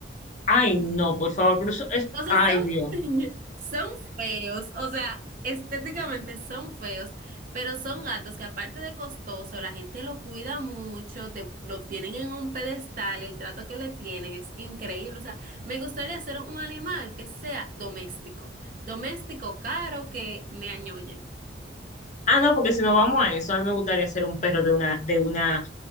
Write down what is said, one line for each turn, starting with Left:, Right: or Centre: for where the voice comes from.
Left: Ay, no, por favor, pero eso es,
Right: O sea,
Left: ay,
Right: son,
Left: Dios.
Right: <laughs> son feos, o sea, estéticamente son feos, pero son gatos que aparte de costoso, la gente lo cuida mucho, te, lo tienen en un pedestal, el trato que le tienen es increíble. O sea, me gustaría hacer un animal que sea doméstico, doméstico caro que me añoñen.
Left: Ah, no, porque si no vamos a eso, a mí me gustaría ser un perro de una, de una,